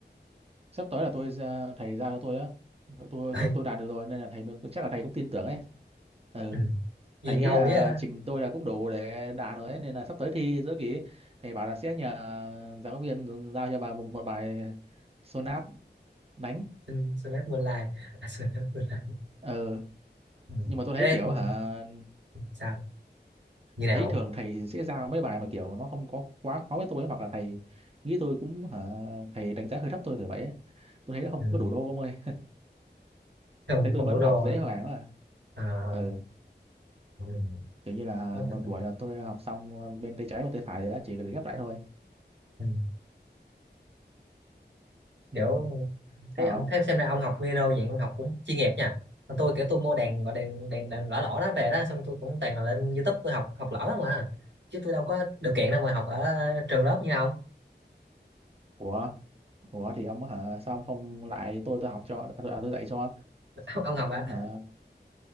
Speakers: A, on the right (about 35°); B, on the right (about 80°).
A: sắp tới là tôi ra- thầy giao cho tôi á tôi
B: <laughs>
A: tôi, tôi đạt được rồi nên là thầy mới- chắc là thầy cũng tin tưởng ấy ừ.
B: ừ. gì
A: thầy
B: ngầu
A: nghĩ là
B: vậy
A: trình tôi là cũng đủ để đạt rồi ấy. nên là sắp tới thi giữa kỳ ấy, thầy bảo là sẽ nhờ giáo viên giao cho bà một, một bài sonat đánh
B: Sun- Sunset Moonlight à, Sunset Moonlight
A: ừ.
B: ừ.
A: nhưng mà tôi thấy
B: thế
A: kiểu
B: ừ,
A: hả
B: sao như nào
A: thấy thường thầy sẽ giao mấy bài mà kiểu nó không có quá khó với tôi ấy. hoặc là thầy nghĩ tôi cũng hả thầy đánh giá hơi thấp tôi kiểu vậy ấy. tôi thấy nó không
B: ừ.
A: có đủ đô ông ơi
B: không
A: thấy tôi
B: không
A: vẫn
B: đủ đô
A: học dễ
B: hả?
A: hoàng quá à
B: à
A: ừ
B: ừ.
A: kiểu như là
B: Nói
A: một
B: thật
A: buổi
B: là,
A: là tôi học xong bên tay trái và tay phải rồi á, chỉ việc ghép lại thôi
B: ừ. kiểu
A: <laughs> sao
B: thế ông
A: không
B: thế xem ra ông học piano vậy ông học cũng chuyên nghiệp nha còn tôi kiểu tôi mua đàn gọi đàn đàn đàn lõ lõ đó về đó xong tôi cũng toàn là lên YouTube tôi học học lõ đó mà chứ tôi đâu có điều kiện đâu mà học ở trường lớp như ông
A: ủa ủa thì ông hả sao ông không lại tôi tôi học cho à, tôi, à, tôi dạy cho
B: <laughs> ông
A: Ừ,
B: học à
A: hả